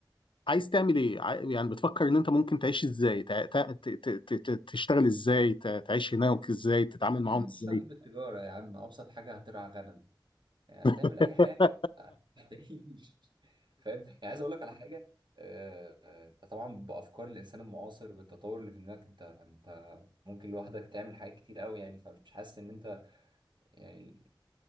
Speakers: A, on the left; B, on the right.
A: عايز تعمل ايه؟ عاي- يعني بتفكر ان انت ممكن تعيش ازاي؟ تع- تع- ت- ت- ت- ت- تشتغل ازاي؟ تع- تعيش هناك ازاي؟ تتعامل
B: يعني
A: معاهم ازاي؟
B: اشتغل بالتجاره يا عم ابسط حاجه هترعى غنم يعني
A: <laughs>
B: هتعمل اي حاجه هتعيش <laughs> فاهم يعني عايز اقول لك على حاجه آه، آه، انت طبعا بافكار الانسان المعاصر بالتطور اللي في دماغك انت انت ممكن لوحدك تعمل حاجات كتير قوي يعني فمش حاسس ان انت يعني